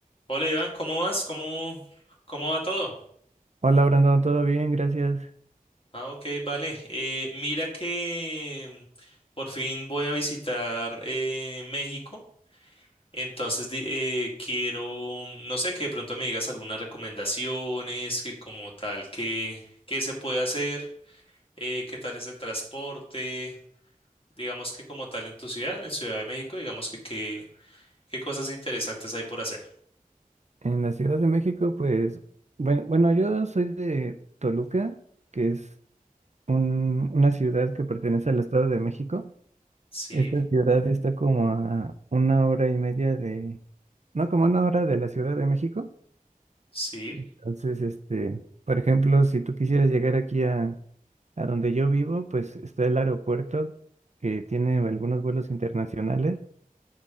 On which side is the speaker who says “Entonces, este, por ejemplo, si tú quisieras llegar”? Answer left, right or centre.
Right